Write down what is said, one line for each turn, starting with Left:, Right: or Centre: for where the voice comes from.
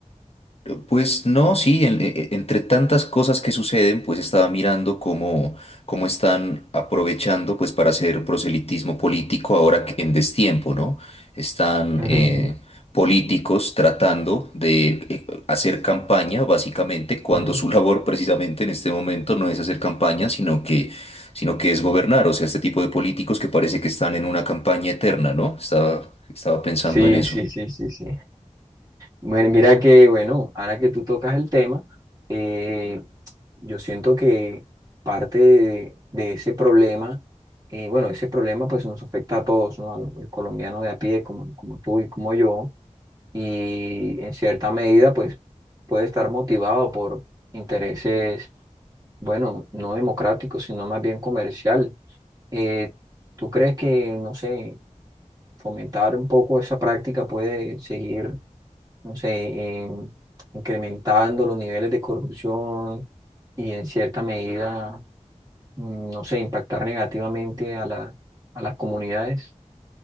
Left: Pues no, sí, en- e- e- entre tantas cosas que suceden, pues estaba mirando cómo, cómo están aprovechando pues para hacer proselitismo político ahora que- en destiempo, ¿no? Están
Right: Ujú,
Left: eh, políticos tratando de eh, hacer campaña, básicamente, cuando
Right: ujú.
Left: su labor precisamente en este momento no es hacer campaña, sino que, sino que es gobernar. O sea, este tipo de políticos que parece que están en una campaña eterna, ¿no? Estaba, estaba pensando
Right: Sí,
Left: en eso.
Right: sí, sí, sí, sí. Bueno, mira que, bueno, ahora que tú tocas el tema, eh, yo siento que parte de, de ese problema, eh, bueno, ese problema pues nos afecta a todos, ¿no? Al, al colombiano de a pie, como, como tú y como yo. y en cierta medida pues puede estar motivado por intereses, bueno, no democráticos, sino más bien comercial. Eh, ¿tú crees que, no sé, fomentar un poco esa práctica puede seguir, no sé, em, incrementando los niveles de corrupción y en cierta medida, mm, no sé, impactar negativamente a la, a las comunidades?